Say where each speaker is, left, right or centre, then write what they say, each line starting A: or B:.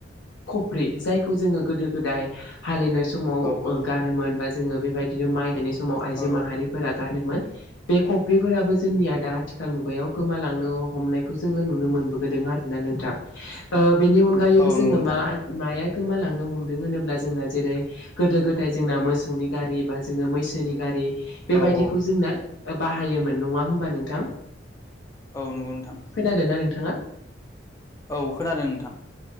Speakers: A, on the left; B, on the left.
A: कफ्रि जायखौ जोङो गोदो गोदाय हाललिनाय समाव
B: औ औ
A: गानोमोन बा जोङो बेबायदिनो माइ गायनाय समाव आइजो
B: औ
A: माहारिफोरा गानोमोन। बे खफ्रिफोराबो जोंनिया दा आथिखाल मुगायाव गोमालांनो हमनायखौ जोङो नुनो मोनबोदों, आरोना नोंथां ओ बेनि अनगायैबो
B: औ
A: जोङो
B: नंगौ नोंथां
A: मा माया गोमालांनो हमदों होनोब्ला जोंना जेरै गोदो गोदाय जोंना मोसौनि गारि बा जोङो मैसोनि गारि बेबायदिखौ
B: औ औ
A: जोंना बाहायोमोन नङा होमबा नोंथां
B: औ नंगौ नोंथां
A: खोनादों ना नोंथाङा
B: औ खोनादों नोंथां,